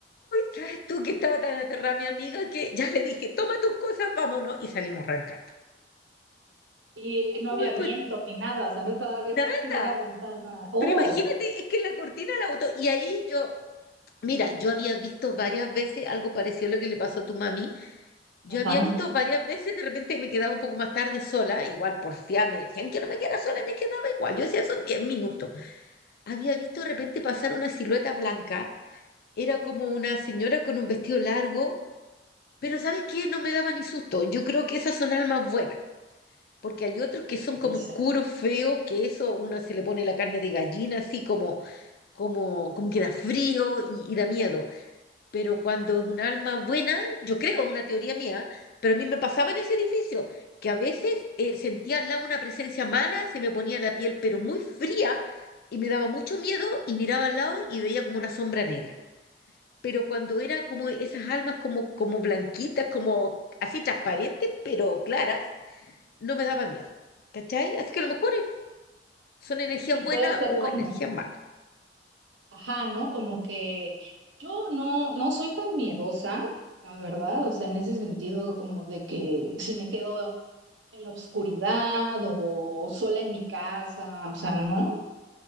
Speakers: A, on the left (about 55°); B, on the right (about 85°).
A: ¿Sabes tú que estaba tan aterrada mi amiga que ya le dije, toma tus cosas, vámonos? Y salimos arrancando.
B: Y no
A: Uy,
B: había viento
A: pues,
B: ni nada, o sea, no estaba abierta
A: nada,
B: <laughs> ninguna ventana. Oh,
A: pero imagínate, es que la cortina la botó. Y ahí yo, mira, yo había visto varias veces algo parecido a lo que le pasó a tu mami Yo
B: ajá.
A: había visto varias veces, de repente me quedaba un poco más tarde sola, igual porfía, me decían que no me quedara sola y me quedaba igual. Yo decía, son 10 minutos. Había visto de repente pasar una silueta blanca, era como una señora con un vestido largo, pero ¿sabes qué? No me daba ni susto. Yo creo que esas son almas buenas, porque hay otros que son como
B: Exacto.
A: oscuros, feos, que eso una se le pone la carne de gallina, así como, como, como que da frío y, y da miedo pero cuando es un alma buena, yo creo, es una teoría mía, pero a mí me pasaba en ese edificio, que a veces eh, sentía al lado una presencia mala, se me ponía la piel pero muy fría y me daba mucho miedo y miraba al lado y veía como una sombra negra. Pero cuando era como esas almas como, como blanquitas, como así transparentes, pero claras, no me daba miedo. ¿Cachai? Así que a lo mejor eh, son energías
B: Sí,
A: buenas
B: puede ser
A: o
B: como,
A: energías malas.
B: Ajá, ¿no? Como que yo no, no soy tan miedosa, la verdad, o sea, en ese sentido, como de que si me quedo en la oscuridad o sola en mi casa, o sea, ¿no?